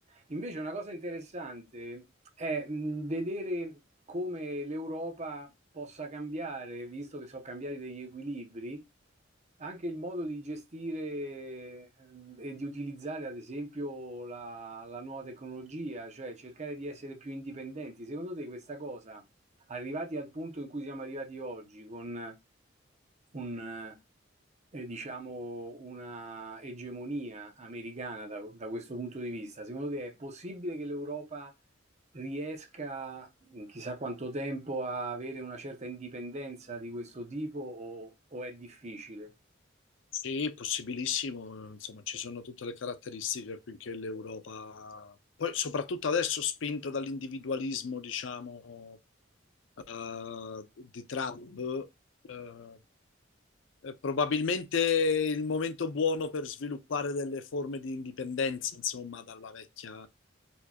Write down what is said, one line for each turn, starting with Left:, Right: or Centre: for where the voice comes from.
Right: Invece una cosa interessante è mh, vedere come l'Europa possa cambiare, visto che sono cambiati degli equilibri, anche il modo di gestire ehm, e di utilizzare, ad esempio, la, la nuova tecnologia, cioè cercare di essere più indipendenti. Secondo te questa cosa, arrivati al punto in cui siamo arrivati oggi, con un, eh, diciamo, una egemonia americana da, da questo punto di vista, secondo te è possibile che l'Europa riesca in chissà quanto tempo a avere una certa indipendenza di questo tipo o o è difficile?
Left: Sì, possibilissimo, insomma ci sono tutte le caratteristiche affinché l'Europa, poi soprattutto adesso spinta dall'individualismo, diciamo, eh, di Trump, eh, eh, probabilmente il momento buono per sviluppare delle forme di indipendenza, insomma, dalla vecchia,